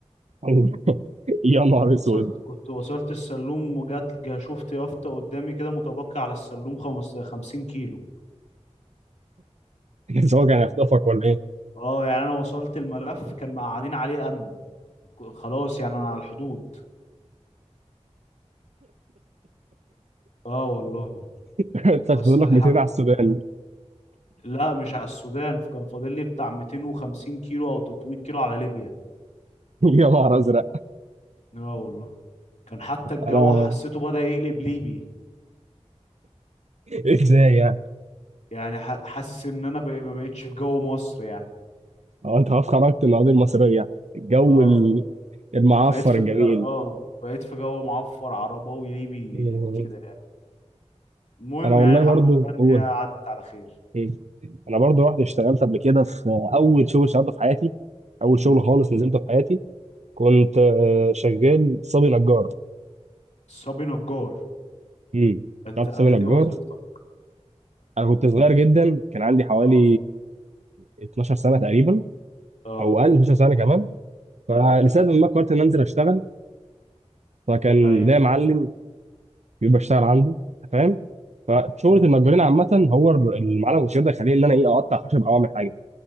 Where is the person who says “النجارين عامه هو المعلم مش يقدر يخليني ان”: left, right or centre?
Right